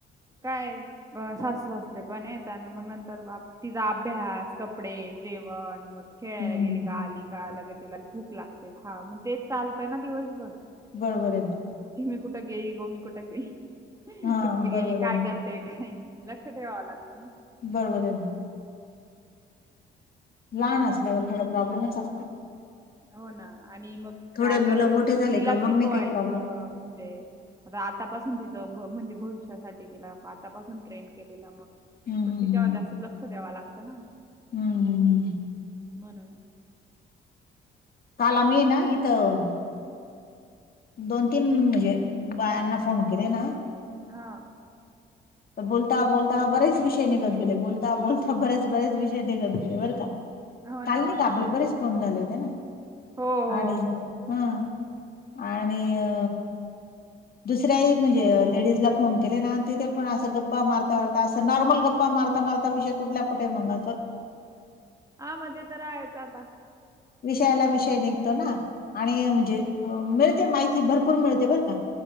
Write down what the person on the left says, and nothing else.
हम्म
बरोबर आहे.
हा
बरोबर आहे
ना
बरोबर आहे ना. लहान असल्यावर थोडा प्रॉब्लेमच असतो.
थोडे
मुलं मोठे
झाले का मग
नाही काही प्रॉब्लेम.
हम्म
हम्म
हम्म हम्म हम्म
काल आम्ही ना इथं. दोन तीन म्हणजे बायांना फोन केले ना.
बोलता बोलता बरेच विषय निघत गेले. बोलता बोलता बरेच बरेच विषय निघत गेले बरं का.
काल नाही
का.
आपले बरेच फोन झाले होते ना.
आणि
हम आणि अ दुसऱ्याही म्हणजे लेडीजला फोन केले ना. तिथे पण असं गप्पा मारता मारता असं नॉर्मल गप्पा मारता मारता विषय कुठल्या कुठे मग अस.
विषयाला विषय निघतो ना. आणि म्हणजे, मिळते माहिती भरपूर मिळते बर का.